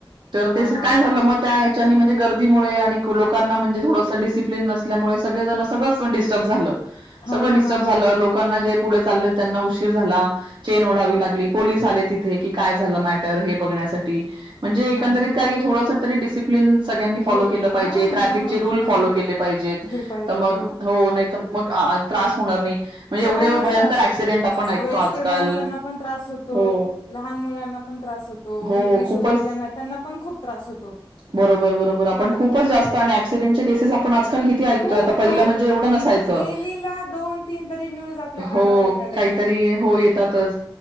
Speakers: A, on the right; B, on the left.
A: तर
B: हा
A: ते
B: हा
A: काय झाल म त्या े गर्दीमुळे आणि लोकांना थोडसं डसिप्लिन नल्यामुळे सगळे सगळं डिस्टर्ब झालं
B: हा
A: सगळंडिस्टर्ब
B: हा
A: झालं लोकांना जे पुढे चालले त्यांना उशीर झाला चैन ओढावी लागली पोलीस आले तेथे काय झालं मॅटर हे म्हणजे एकंदरीत
B: हा हा
A: थोडेसे डिस्प्लेन सगळ्यांनी फॉलो
B: होत
A: के पाहिजे
B: हा
A: ट्रफचे
B: हा
A: रूल
B: हा
A: फॉलो केले पाहिजेत
B: गिर पाहिजेत
A: तर मग हो नाही मग त्रास होणार नाही म्हणजे
B: सगळ्यांनाच
A: एवढे भयंकर
B: त्रास होतय
A: ऍक्सिडेंट आपण ऐकतो
B: वयस्कर
A: आजकाल.
B: माणसांना पण त्रास होतो
A: हो.
B: लहान मुलांना पण त्रास होतो
A: हो
B: बीपी शुगर
A: खूपच
B: ज्यांना त्यांना पण खूप त्रास होतो
A: बरोबर बरोबर आपण खूपच जास्त आणि क्सिडेंटचे केसेस आपण आज ्किती ऐकतोय
B: खूप
A: पहिले
B: खूप
A: म्हणजे एवढं नसायचं
B: डेलीला दोन तीन तरी न्यूज आपल्या कानावर
A: हो
B: ऐकायला
A: काय
B: येतात
A: तरी हो येतातच